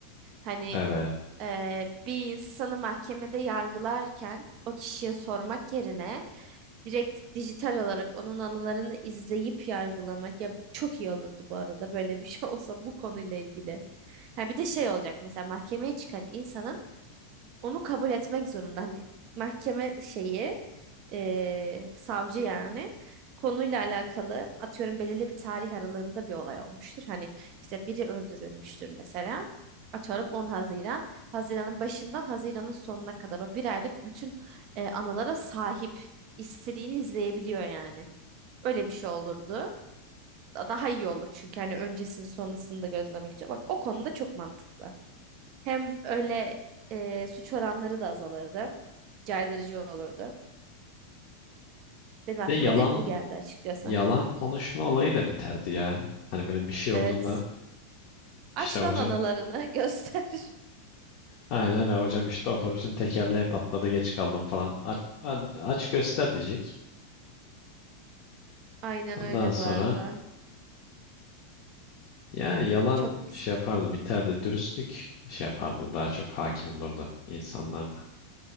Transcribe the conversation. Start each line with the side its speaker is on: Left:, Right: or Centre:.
Right: Hani
Left: Evet.
Right: e, bir insanı mahkemede yargılarken o kişiye sormak yerine direkt dijital olarak onun anılarını izleyip yargılamak ya çok iyi olurdu bu arada böyle bir şey <laughs> olsa bu konuyla ilgili. Ha bir de şey olacak mesela mahkemeye çıkan insanın onu kabul etmek zorunda. Hani mahkeme şeyi e, savcı yani konuyla alakalı atıyorum belirli bir tarih aralığında bir olay olmuştur. Hani işte biri öldürülmüştür mesela. Atıyorum 10 Haziran. Haziran'ın başından Haziran'ın sonuna kadar o bir aylık bütün e, anılara sahip. istediğini izleyebiliyor yani. Öyle bir şey olurdu. Daha iyi olur çünkü hani öncesini sonrasını da gözlemek için. Bak o konuda çok mantıklı. Hem öyle e, suç oranları da azalırdı. Caydırıcı olurdu. Benim aklıma
Left: Ve yalan
Right: direkt bu geldi açıkçası.
Left: yalan konuşma olayı da biterdi ya. Hani böyle bir şey
Right: Evet.
Left: olduğunda işte
Right: Aç
Left: hocam
Right: lan analarını göster.
Left: aynen öyle hocam işte otobüsün tekerleği patladı geç kaldım falan. Aç, aç göster diyecek.
Right: <laughs> Aynen
Left: Ondan
Right: öyle
Left: sonra
Right: bu arada.
Left: Yani yalan
Right: Çok güzel.
Left: şey yapardı biterdi. Dürüstlük şey yapardı. Daha çok hakim olurdu insanlarda.